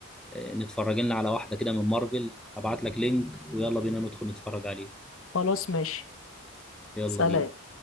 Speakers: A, in the centre; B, on the left.
A: آه، نتفرج لنا على واحدة كده من مارفل هبعت لك لينك ويلا بينا ندخل نتفرج عليه
B: خلاص ماشي
A: يلا
B: سلام
A: بينا